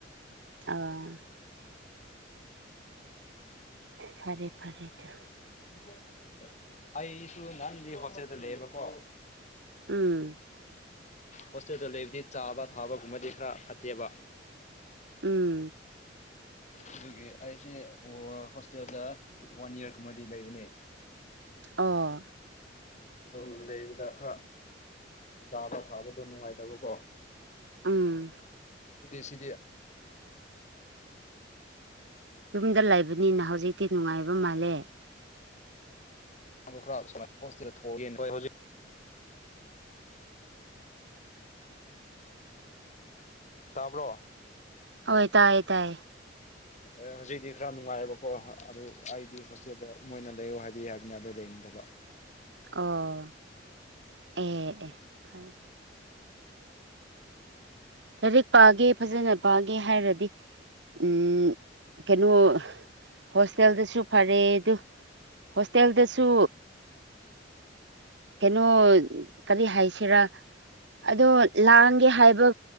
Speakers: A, on the right; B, on the left.
A: ꯑꯥ ꯐꯔꯦ ꯐꯔꯦꯗ
B: ꯑꯣ ꯑꯩꯁꯨ ꯅꯍꯥꯟꯒꯤ ꯍꯣꯁꯇꯦꯜꯗ ꯂꯩꯕꯀꯣ
A: ꯎꯝ
B: ꯍꯣꯁꯇꯦꯜꯗ ꯂꯩꯕꯗꯤ ꯆꯥꯕ ꯊꯥꯕꯒꯨꯝꯕꯗꯤ ꯈꯔ ꯐꯠꯇꯦꯕ
A: ꯎꯝ
B: ꯑꯗꯨꯒꯤ ꯑꯩꯁꯦ ꯍꯣꯁꯇꯦꯜꯗ ꯋꯥꯟ ꯏꯌꯥꯔꯒꯨꯝꯕꯗꯤ ꯂꯩꯕꯅꯦ
A: ꯑꯣ
B: ꯑꯗꯨꯝ ꯂꯩꯕꯗ ꯈꯔ ꯆꯥꯕ ꯊꯥꯕꯗꯣ ꯅꯨꯡꯉꯥꯏꯇꯕꯀꯣ
A: ꯎꯝ
B: ꯗꯁꯤꯗꯤ
A: ꯌꯨꯝꯗ ꯂꯩꯕꯅꯤꯅ ꯍꯧꯖꯤꯛꯇꯤ ꯅꯨꯡꯉꯥꯏꯕ ꯃꯥꯜꯂꯦ
B: ꯗ ꯈꯔ ꯁꯨꯃꯥꯏꯅ ꯍꯣꯁꯇꯗ ꯊꯣꯛꯒꯖꯤ ꯇꯥꯕ꯭ꯔꯣ
A: ꯍꯣꯏ ꯇꯥꯏꯌꯦ ꯇꯥꯏꯌꯦ
B: ꯍꯧꯖꯤꯛ ꯈꯔꯥ ꯅꯅꯨꯡꯉꯕ ꯍꯣꯏ ꯍꯣꯏ ꯑꯗꯨ ꯑꯩꯗꯤ ꯍꯣꯁꯇꯦꯜꯗ ꯃꯣꯏꯅ ꯂꯩꯌꯨ ꯍꯥꯏꯕꯤꯌꯨ ꯍꯥꯏꯕꯅꯤ ꯑꯗꯨ ꯂꯩꯅꯤꯗꯕ
A: ꯑꯣ ꯑꯦ ꯑꯦ ꯐꯔ ꯐ ꯂꯥꯏꯔꯤꯛ ꯄꯥꯒꯦ ꯐꯖꯅ ꯄꯥꯒꯦ ꯍꯥꯏꯔꯗꯤ ꯎꯝ ꯀꯩꯅꯣ ꯍꯣꯁꯇꯦꯜꯗꯁꯨ ꯐꯔꯦ ꯑꯗꯨ ꯍꯣꯁꯇꯦꯜꯗꯁꯨ ꯀꯩꯅꯣ ꯀꯔꯤ ꯍꯥꯏꯁꯤꯔꯥ ꯑꯗꯣ ꯂꯥꯡꯒꯦ ꯍꯥꯏꯕ